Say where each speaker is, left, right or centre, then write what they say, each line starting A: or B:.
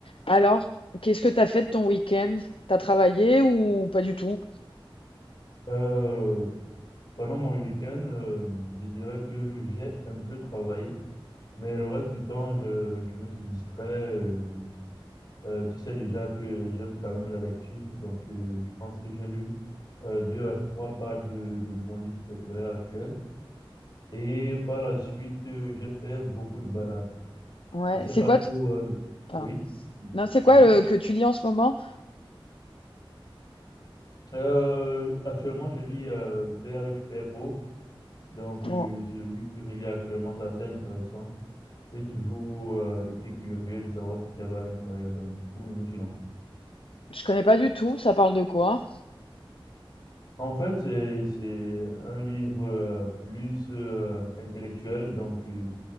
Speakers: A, on the left; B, on the left.
A: Alors, qu'est-ce que t'as fait de ton week-end? T'as travaillé ou pas du tout?
B: Euh, pendant mon week-end, euh, je dirais que j'ai un peu travaillé, mais le reste du temps, je, je me suis distrait. euh, euh, tu sais déjà que j'aime quand même la lecture, donc euh, je pense que j'ai lu euh, deux à trois pages de, de mon livre préféré actuel. Et par la suite, euh, j'ai fait beaucoup de balades.
A: Ouais,
B: Je sais
A: c'est
B: pas
A: quoi
B: trop.
A: t-
B: euh,
A: Pardon.
B: oui.
A: Non, c'est quoi
B: oui.
A: le... que tu lis en ce moment?
B: Euh, actuellement, je lis euh, Père riche, père pauvre. Donc,
A: Bon,
B: euh, c'est le livre que je lis actuellement, c'est assez intéressant. J'ai toujours euh, été curieux de savoir ce qu'il y avait à l'intérieur. Donc, du coup, je me suis lancé.
A: je connais pas du tout, ça parle de quoi?
B: En fait, c'est c'est un livre euh, plus euh, intellectuel. Donc, euh,